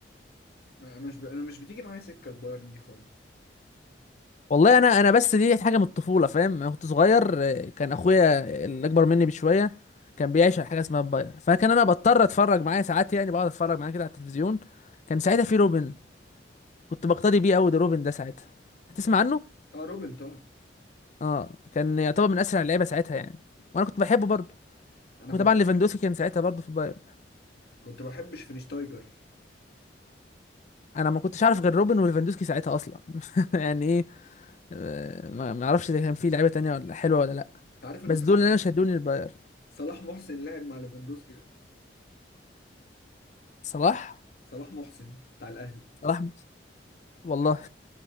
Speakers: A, on the left; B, on the left.
A: انا مش ب... انا مش بتيجي معايا سكه البايرن دي خالص
B: والله انا انا بس دي حاجه من الطفوله فاهم انا كنت صغير آه، كان اخويا اللي اكبر مني بشويه كان بيعيش على حاجه اسمها الباير فكان انا بضطر اتفرج معاه ساعات يعني بقعد اتفرج معاه كده على التلفزيون كان ساعتها في روبن كنت بقتدي بيه قوي ده روبن ده ساعتها هتسمع عنه
A: اه روبن طبعا
B: اه كان يعتبر من اسرع اللعيبه ساعتها يعني وانا كنت بحبه برضه
A: انا
B: وطبعا
A: كنت بح...
B: ليفاندوسكي كان ساعتها برضه في الباير
A: كنت بحب شفينشتايجر
B: انا ما كنتش عارف غير روبن وليفاندوسكي ساعتها اصلا <laughs> يعني ايه آه، ما ما اعرفش اذا كان في لعيبه تانية ولا حلوه ولا لا
A: انت عارف ان
B: بس
A: صلاح
B: دول اللي انا شدوني الباير
A: صلاح محسن لعب مع ليفاندوسكي ده
B: صلاح
A: صلاح محسن بتاع الاهلي
B: صلاح والله